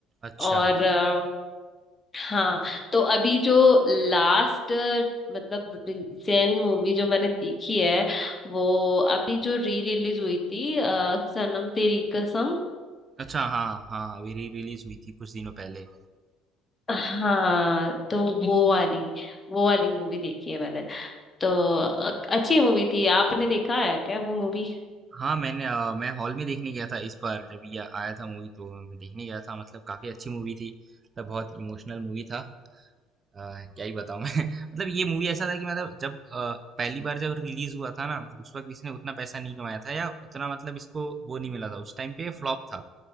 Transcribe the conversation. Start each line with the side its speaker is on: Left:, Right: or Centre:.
Right: अच्छा
Left: और अ, हाँ तो अभी जो लास्ट मतलब रिसेंट मूवी जो मैंने देखी है वो अभी जो री रिलीज हुई थी अ, सनम तेरी कसम
Right: अच्छा हाँ हाँ अभी री रिलीज हुई थी कुछ दिनों पहले
Left: हाँ तो वो वाली वो वाली मूवी देखी है मैंने तो अ- अच्छी मूवी थी आपने देखा है क्या वो मूवी
Right: हाँ, मैंने अ, मैं हॉल में देखने गया था इस बार जब ये आया था मूवी तो मैं देखने गया था मतलब काफ़ी अच्छी मूवी थी। मतलब बहुत इमोशनल मूवी था। अ, क्या ही बताऊँ मैं <laughs> मतलब ये मूवी ऐसा था कि मतलब जब अ, पहली बार जब रिलीज़ हुआ था ना उस वक़्त इसने उतना पैसा नहीं कमाया था या उतना मतलब इसको वो नहीं मिला था उस टाइम पे फ्लॉप था।